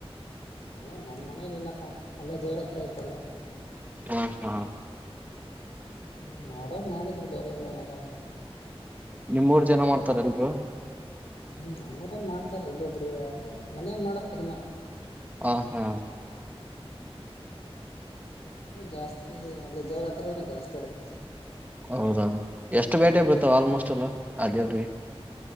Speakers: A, on the left; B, on the right.
A: ಎಲ್ಲ ನಮ್ಮ್ ಮನೇಲಿ ಇಲ್ಲಪ್ಪಾ ಅಲ್ಲೇ ದೇವ್ರ ಹತ್ರ ಇತಲ್ವಾ
B: ಹಾ ಹಾ
A: ಹ್ಮ್ ಮಾಡ್ಯಾರ ಮಾಡಿದ್ರು ಬೇರೆ ಬ ಯಾರಾದ್ರ
B: ನಿಮ್ಮೂರ್ ಜನ ಮಾಡ್ತಾರಲ್ರು
A: ಹ್ಮ್ ನಮ್ಮ್ರಲ್ಲಿ ಮಾಡ್ತಾರೆ ಒಬ್ಬೊಬ್ರು ಆದ್ರೆ ಮನೇನ್ ಮಾಡ್ರ ಕಡಿಮೆ
B: ಹ ಹಾ
A: ಜಾಸ್ತಿ ಅಲ್ಲಿ ಜೋರ ಹತ್ರ ಜಾಸ್ತಿ ಇರುತ್ತೆ
B: ಹೌದಾ ಎಷ್ಟು ಬೇಟೆ ಬಿಡ್ತಾವ ಆಲ್ಮೋಸ್ಟ್ ಎಲ್ಲ ಆ ದೇವ್ರಿಗೆ